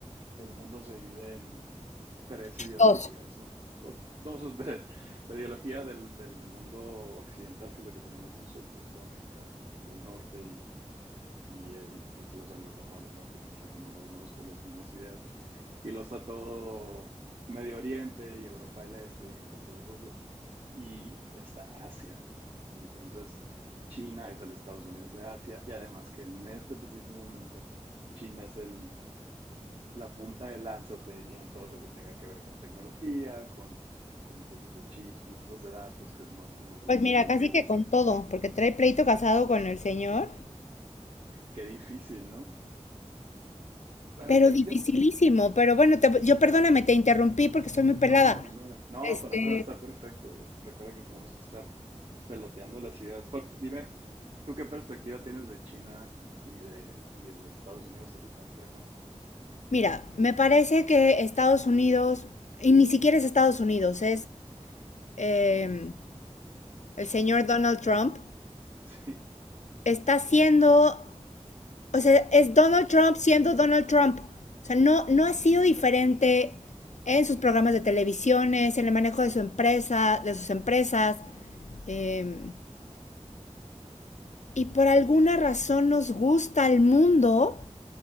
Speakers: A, on the right; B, on the left.
A: el mundo se divide en tres ideologías,
B: Dos.
A: ¿no? O dos o tres. La ideología del, del mundo occidental, que es la que tenemos nosotros, toda América del Norte y y, eh, pues todos los anglosajones, ¿no? Que nos regimos más o menos por las mismas ideas. Y lo está todo Medio Oriente y Europa del Este y un poco de Rusia. Y está Asia. Y entonces China es el Estados Unidos de Asia. Y además que en este preciso momento China es el, la punta de lanza, te diría, en todo lo que tenga que ver con tecnología, con, con cosas de chips, con cosas de datos, que es más o menos
B: Pues
A: lo que
B: mira,
A: yo me enfoco.
B: casi que con todo, porque trae pleito casado con el señor,
A: Qué difícil, ¿no? Pero
B: pero
A: ya,
B: dificilísimo.
A: ya,
B: Pero bueno, te- yo perdóname, te interrumpí porque estoy muy pelada.
A: No, para nada. No,
B: Este,
A: para nada, está perfecto. Recuerda que tenemos que estar peloteando las ideas. Por- dime, ¿tú qué perspectiva tienes de China y de, y de Estados Unidos ahorita, por ejemplo?
B: mira, me parece que Estados Unidos, y ni siquiera es Estados Unidos, es em, el señor Donald Trump,
A: <laughs>
B: está haciendo o sea, es Donald Trump siendo Donald Trump. O sea, no, no ha sido diferente en sus programas de televisiones, en el manejo de su empresa, de sus empresas. eh, y por alguna razón nos gusta al mundo